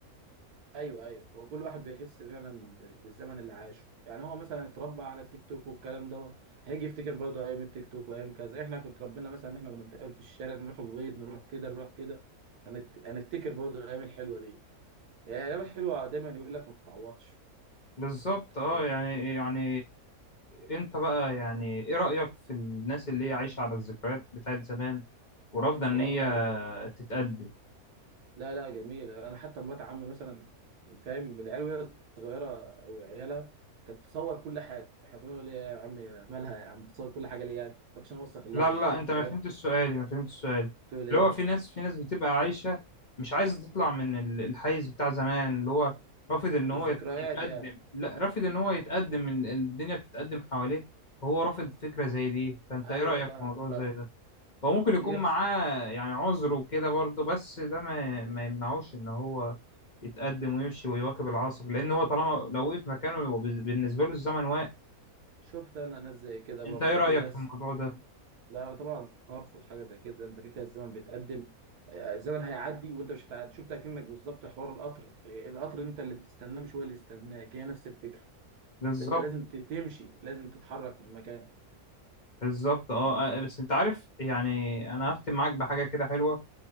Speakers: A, on the right (about 85°); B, on the left (about 35°).
A: ايوه ايوه هو كل واحد بيحس فعلا ب- بالزمن اللي عاشه يعني هو مثلا اتربى على التيك توك والكلام دوت هيجي يفتكر برضه ايام التيك توك وايام كذا احنا كنا اتربينا مثلا ان احنا كنا بنتقابل في الشارع نروح الغيط نروح كده نروح كده هنت- هنفتكر برضه الايام الحلوه دي يعني الايام الحلوه دايما يقول لك ما بتتعوضش
B: بالظبط
A: أنت
B: اه
A: فاهم
B: يعني يعني انت بقى يعني ايه رأيك في الناس اللي هي عايشة على الذكريات بتاعت زمان ورافضة ان
A: طبعا
B: هي
A: حاجه
B: تتقدم
A: لا لا جميلة أنا حتى مرات عمي مثلا فاهم العيال وهي صغيرة وعيالها كانت تصور كل حاجة إحنا كنا بنقول إيه يا عم مالها يا عم بتصور كل حاجة ليه يعني طب عشان أوثق اللحظة
B: لا لا لا، انت ما
A: فاهم
B: فهمتش سؤالي ما فهمتش سؤالي
A: بتقول
B: اللي
A: إيه
B: هو في ناس في ناس بتبقى عايشة مش عايزة تطلع من ال- الحيز بتاع زمان اللي هو رافض ان هو
A: الذكريات
B: يت- يتقدم
A: يعني
B: لا رافض ان هو يتقدم ال- الدنيا بتتقدم حواليه وهو رافض فكرة زي دي فانت
A: أيوه
B: ايه رأيك
A: فاهمك
B: في موضوع
A: فاهم
B: زي ده هو ممكن
A: بيحصل
B: يكون معاه يعني عذر وكده برضه بس ده ما ما يمنعوش ان هو يتقدم ويمشي ويواكب العصر لان هو طالما لو وقف مكانه هو بز- بالنسبة له الزمن واقف
A: شفت أنا ناس زي كده
B: انت
A: برضو
B: ايه رأيك
A: في ناس
B: في الموضوع ده
A: لا أنا طبعا أرفض حاجة زي كده أنت كده كده الزمن بيتقدم آه، الزمن هيعدي وأنت مش هتعدي شفت أكنك بالظبط حوار القطر آه، القطر أنت اللي بتستناه مش هو اللي يستناك هي نفس الفكرة
B: بالظبط
A: انت لازم ت- تمشي لازم تتحرك من مكانك
B: بالظبط اه
A: مم.
B: آه، بس انت عارف يعني انا هختم معاك بحاجه كده حلوه